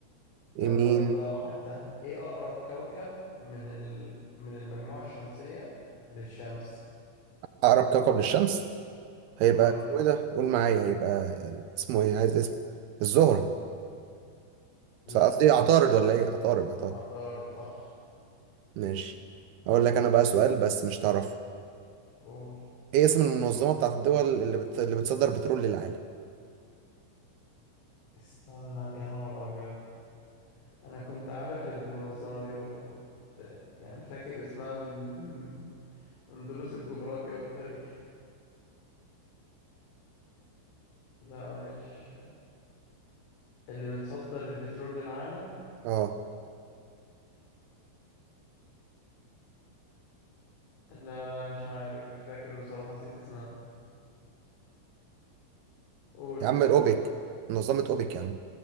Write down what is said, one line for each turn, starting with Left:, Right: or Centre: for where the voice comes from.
Left: طب خد
Right: مين
Left: بقى واحد سهل ايه اقرب كوكب من ال... من المجموعة الشمسية للشمس
Right: أقرب كوكب للشمس هيبقى
Left: اه
Right: اسمه إيه ده؟ قول معايا هيبقى اسمه إيه عايز اسم الزهرة
Left: لا
Right: بس قصدي عطارد ولا إيه؟ عطارد عطارد
Left: عطارد صح صح
Right: ماشي أقول لك أنا بقى سؤال بس مش تعرفه
Left: قول
Right: إيه اسم المنظمة بتاعت الدول اللي بت... اللي بتصدر بترول للعالم؟
Left: استنى يا نهار ابيض انا كنت عارف المنظمة دي والله كنت يعني فاكر اسمها من من من دروس الجغرافيا والتاريخ لا مش اللي بتصدر البترول للعالم
Right: أه
Left: لا لا مش عارف مش فاكر بصراحة نسيت اسمها قول
Right: يا عم
Left: خلاص
Right: الأوبك منظمة أوبك يا عم